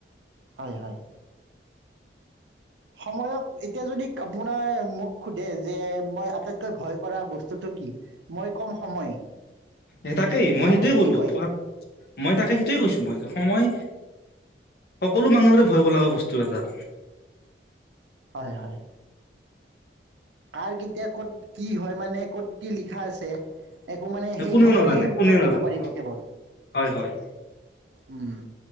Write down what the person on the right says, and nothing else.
হয়, হয়। সময়ক এতিয়া যদি আপোনাৰ মোক খোধে মই আটাইতকৈ ভয় কৰা বস্তুটো? মই কম সময়।
আপুনি
কি কয়
হয়, হয়। কাৰ কেতিয়া ক'ত কি হয় মানে ক'ত কি লিখা আছে। একো মানে সেই
সময়েহে
উত্তৰ
দিব
পাৰিব কেৱল
উম,